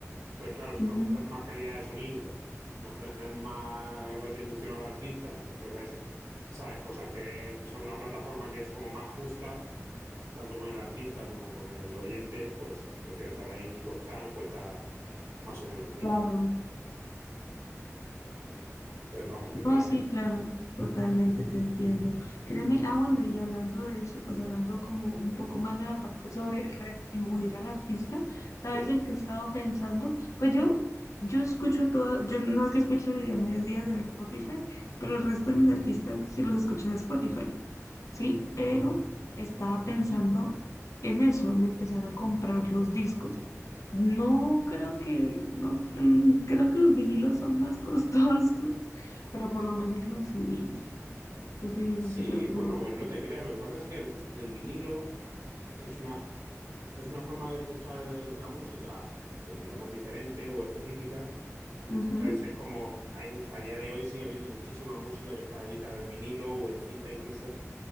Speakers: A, on the right; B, on the left.
A: Entonces, claro, si
B: Mm,
A: me ofreces más calidad de sonido, me ofreces más retribución al artista, me ofreces, ¿sabes? Cosas que, o sea, una plataforma que es como más justa, tanto con el artista como con el oyente, pues prefiero estar ahí y costar, cuesta más o menos lo mismo.
B: claro.
A: Entonces, vamos, yo te
B: No,
A: la
B: sí,
A: recomiendo.
B: claro, totalmente te entiendo. Créeme, ah, bueno, y hablando de eso, pues hablando como un poco más de la parte sobre retribuir al artista, ¿sabes
A: Sí.
B: en qué he estado pensando? Pues yo, yo escucho todo, yo no es que escuche a medias en Spotify, pero el resto de mis artistas sí los escucho en Spotify. ¿sí? Pero
A: Mm.
B: estaba pensando en eso, en empezar a comprar los discos. No creo que, no, mm, creo que los vinilos son más <laughs> costosos, pero por lo menos los CDs. Los CDs,
A: Sí,
B: empezar por
A: bueno,
B: los
A: pues
B: CDs.
A: no te creas. Lo que pasa es que el, el vinilo es una es una forma de escuchar el- la música, pues digamos diferente o específica.
B: Ujú,
A: Entonces es como, hay much- a día de hoy sigue habiendo muchísima música que está editada en vinilo o en cinta incluso